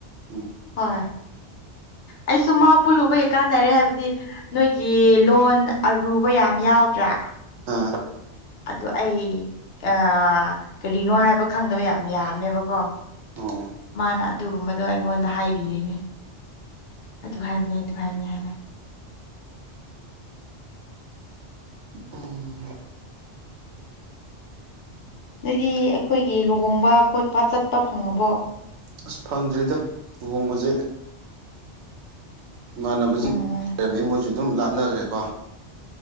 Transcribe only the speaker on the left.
ꯍꯣꯏ ꯑꯩꯁꯨ ꯃꯥ ꯄꯨꯜꯂꯨꯕꯩ ꯀꯥꯟꯅꯔꯦ ꯍꯥꯏꯕꯗꯤ ꯅꯣꯏꯒꯤ ꯂꯣꯟ ꯑꯔꯨꯕ ꯌꯥꯝ ꯌꯥꯎꯗ꯭ꯔꯥ
ꯑꯗꯨ ꯑꯩ ꯑꯥ ꯀꯔꯤꯅꯣ ꯍꯥꯏꯕ ꯈꯪꯗꯕ ꯌꯥꯝ ꯌꯥꯝꯃꯦꯕꯀꯣ
ꯃꯥꯅ ꯑꯗꯨꯒꯨꯝꯕꯗꯣ ꯑꯩꯉꯣꯟꯗ ꯍꯥꯏꯕꯤꯔꯤꯅꯦ꯫ ꯑꯗꯨ ꯍꯥꯏꯕꯅꯦ ꯑꯗꯨ ꯍꯥꯏꯕꯅꯦ ꯍꯥꯏꯅ꯫
ꯅ‌ꯣꯏꯗꯤ ꯑꯩꯈꯣꯏꯒꯤ ꯂꯨꯍꯣꯡꯕ ꯈꯣꯠꯄ ꯆꯠꯄ ꯐꯪꯉꯕꯣ꯫
ꯎꯝ